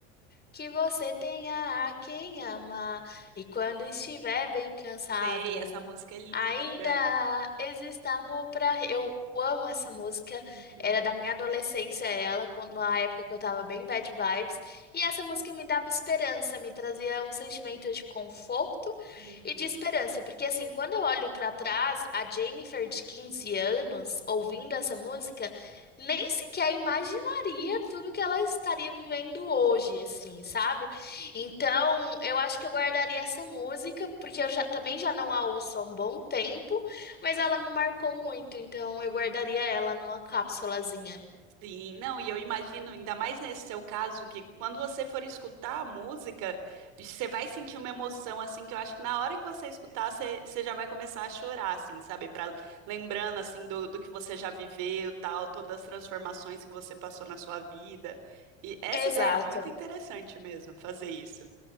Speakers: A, on the left (about 30°); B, on the right (about 60°).
A: que você tenha a quem amar, e quando estiver bem cansado,
B: Sei, essa música é linda.
A: ainda exista amor para. Eu amo essa música,
B: Uhum,
A: era da minha adolescência, ela, quando- na época que eu tava bem bad vibes. E essa música me dava esperança, me trazia um sentimento de conforto
B: uhum.
A: e de esperança, porque assim, quando eu olho pra trás, a Jennifer de 15 anos ouvindo essa música, nem sequer imaginaria tudo que ela estaria vivendo hoje, assim, sabe? Então, eu acho que eu guardaria essa música, porque eu já também já não a ouço há um bom tempo, mas ela me marcou muito, então eu guardaria ela numa cápsulazinha.
B: Sim, não, e eu imagino, ainda mais nesse seu caso, que quando você for escutar a música, você vai sentir uma emoção, assim, que eu acho que na hora que você escutar, você, você já vai começar a chorar, assim, sabe? Pra, lembrando, assim, do, do que você já viveu, tal, todas as transformações que você passou na sua vida. E essa
A: Exato.
B: ideia é muito interessante mesmo, fazer isso.